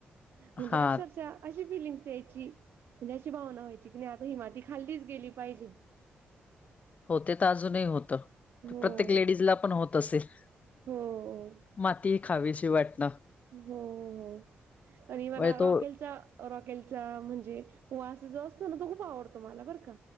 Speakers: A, on the right; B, on the left.
A: म्हणजे
B: हा
A: अक्षरशः अशी फिलिंग्स यायची, म्हणजे अशी भावना व्हायची कणी आता हि माती खाल्लीच गेली पाहिजे.
B: होते तर अजूनही होत,
A: हो
B: प्रत्येक लेडीजला पण होत असेल.
A: हो.
B: माती खावी शि वाटन.
A: हो, हो, हो आणि मला
B: म्हणजे तो
A: रॉकेलचा रॉकेलचा म्हणजे, वास जो असतो ना तो खूप आवडतो मला बरं का.